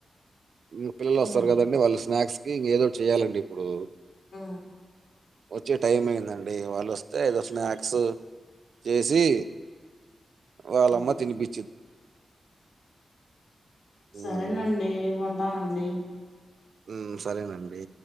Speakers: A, on the right; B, on the left.
A: ఇంగ్ పిల్లలు
B: ఉమ్
A: వస్తారు కదండి వాళ్ళు స్నాక్స్కి ఏదో ఒకటి చేయాలండి ఇప్పుడు.
B: ఆ
A: వచ్చే టైం అయిందండి వాళ్ళు వస్తే ఏదో స్నాక్సు చేసి వాళ్ళమ్మ
B: ఉమ్
A: తినిపి
B: సరేనండి
A: మ్మ్
B: ఉంటానండి
A: ఉ సరేనండి